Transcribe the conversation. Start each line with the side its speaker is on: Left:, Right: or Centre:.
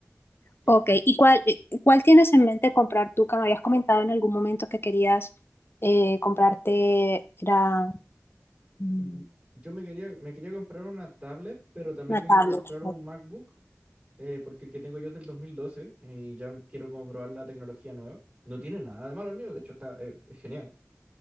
Right: Que
Left: Ok,
Right: es-
Left: ¿y cuál, eh, cuál tienes en mente comprar tú? Que me habías comentado en algún momento que querías eh, comprarte, era mm,
Right: mm, yo me quería, me quería comprar una tablet, pero también
Left: una
Right: me
Left: tablet.
Right: quiero comprar un
Left: ok.
Right: MacBook, eh, porque el que tengo yo es del 2012 y ya quiero como probar la tecnología nueva. No tiene nada de malo el mío, de hecho está, eh, es genial.